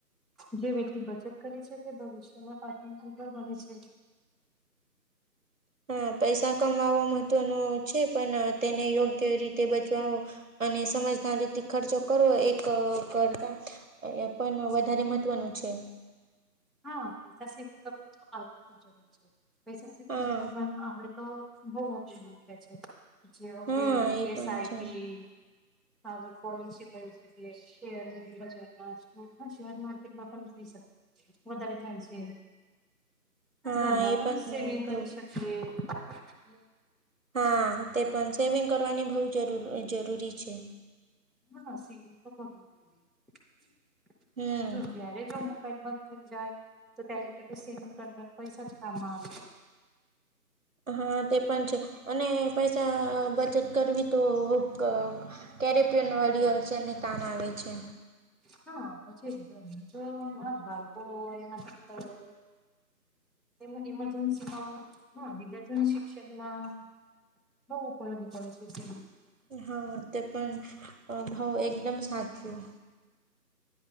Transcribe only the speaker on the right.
હા પૈસા કમાવો મહત્વનો છે પણ તેને યોગ્ય રીતે બચવાવો અને સમજદારરીથી ખર્ચો કરવો એક કરતા અ પણ વધારે મહત્વનું છે.
હા
હા
એ પણ
છે
હા
એ
બહુ
હા તે પણ સેવિંગ કરવાની બહ જરૂરી છે.
હમ
હા તે પણ છે અને પૈસા બચત કરવી તો ક કેડિત પેન વચન વાળી કામ આવે છે.
હા તે પણ ભઉ એકદમ સાચું.